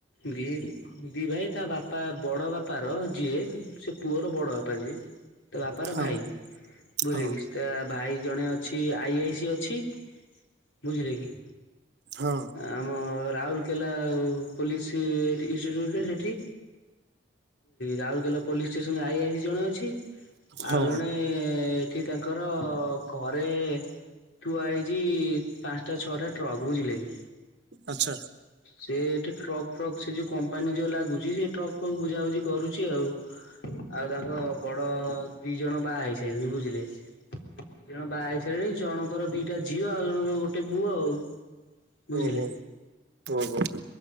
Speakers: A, on the left; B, on the right.
A: ଦି ଦି ଭାଇ ତା ବାପା ବଡ ବାପାର ଯିଏ ସେ ପୁଅର ବଡ ବାପା ଯିଏ ତ ବାପାର
B: ହଁ
A: ଭାଇ ବୁଲି
B: ହଁ
A: ତା ଭାଇ ଜଣେ ଅଛି ଆଇ ଆଇ ସି ଅଛି ବୁଝିଲେ କି
B: ହଁ
A: ଆମ ରାଉରକେଲା ପୋଲିସ ବୁଝିଲେ କି ରାଉରକେଲା ପୋଲିସ ଷ୍ଟେସନରେ ଆଇଇ ଜଣେ ଅଛି ଆଉ
B: ହଁ
A: ଜଣେ ଏଠି ତାଙ୍କର ଘରେ ଆରେ ତୁ ଆଇଚ ପାଞ୍ଚଟା ଛଅଟା ଟ୍ରକ ବୁଝିଲେ କି
B: ଆଚ୍ଛା।
A: ସେ ଏଠି ଟ୍ରକ୍ ଫ୍ରକ୍ ସେ ଯୋଉ କମ୍ପାନୀ ଯୋଉ ଲାଗୁଛି ସେ ଟ୍ରକ୍ ଫ୍ରକ୍ ବୁଝାାବୁଝି କରୁଛି ଆଉ। ଆଉ ତାଙ୍କ ବଡ ଦି ଜଣ ବାହା ହେଇସାରିଲେଣି ବୁଝିଲେ। ଦ ଜଣ ବାହା ସରିଲଣି ଜଣଙ୍କର ଦିଟା ଝିଅ ଆଉ ଜଣଙ୍କର ଗୋଟେ ପୁଅ ଆଉ। ବୁଝିଲେ।
B: ଓହୋ ଓହୋ